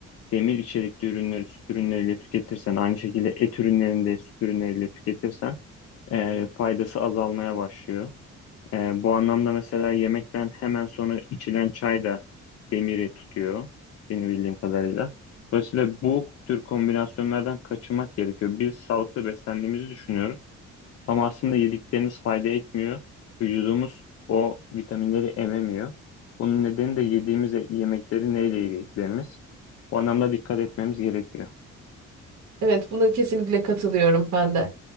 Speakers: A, on the left; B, on the right.
A: demir içerikli ürünleri süt ürünleriyle tüketirsen aynı şekilde et ürünlerini de süt ürünleriyle tüketirsen e, faydası azalmaya başlıyor. Ee, bu anlamda mesela yemekten hemen sonra içilen çay da demiri tutuyor benim bildiğim kadarıyla. Dolayısıyla bu tür kombinasyonlardan kaçınmak gerekiyor. Biz sağlıklı beslendiğimizi düşünüyoruz ama aslında yediklerimiz fayda etmiyor. Vücudumuz o vitaminleri ememiyor. Bunun nedeni de yediğimiz yemekleri neyle yediklerimiz. Bu anlamda dikkat etmemiz gerekiyor.
B: Evet, buna kesinlikle katılıyorum ben de.